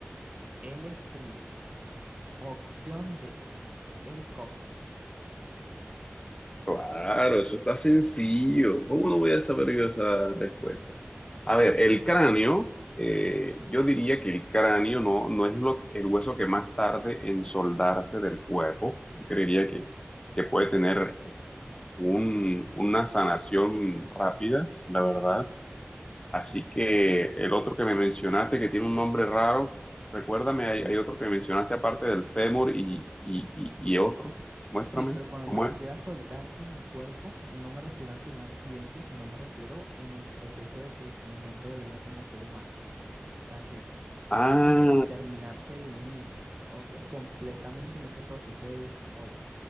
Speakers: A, on the right; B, on the left.
A: el estribo. Opción D, el coxis.
B: Claro, eso está sencillo. ¿Cómo no voy a saber yo esa respuesta? A ver, el cráneo, eh, yo diría que el cráneo no, no es lo- el hueso que más tarde en soldarse del cuerpo. Yo creería que, que puede tener un- una sanación rápida, la verdad. Así que el otro que me mencionaste, que tiene un nombre raro, recuérdame, hay, hay otro que mencionaste aparte del fémur y, y, y, y otro. Muéstrame,
A: Sí, pero cuando
B: ¿cómo
A: me refiero
B: es?
A: a soldarse en el cuerpo, no me refiero ante un accidente, sino me refiero en el proceso de crecimiento de uno como ser humano. O sea, que s-
B: Ah,
A: tardan en, en terminarse de unir, ¿ok? Completamente en ese proceso de desarrollo.